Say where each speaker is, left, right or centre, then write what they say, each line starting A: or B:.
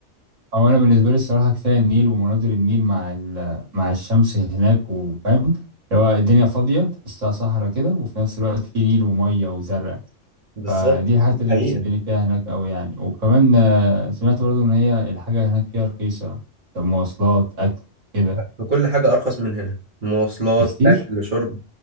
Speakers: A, on the right; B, on the right.
A: او انا بالنسبة لي الصراحة كفاية النيل ومناظر النيل مع ال- مع الشمس هناك وفاهم اللي هو الدنيا فاضية تحسها صحراء كده وفي نفس الوقت في نيل ومية وزرع
B: بالظبط
A: فدي الحتة اللي
B: حقيقة
A: بتشدني فيها هناك قوي يعني وكمان آه، سمعت برضو ان هي الحاجة هناك فيها رخيصة مواصلات اكل كده
B: وكل حاجه ارخص من هنا مواصلات
A: بكتير
B: اكل شرب